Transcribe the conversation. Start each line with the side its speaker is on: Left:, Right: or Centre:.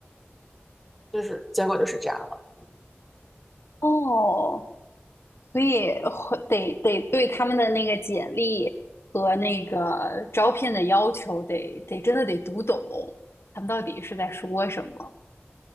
Centre: 就是结果就是这样了。
Left: 哦，所以会得得对他们的那个简历和那个招聘的要求得得真的得读懂，他们到底是在说什么。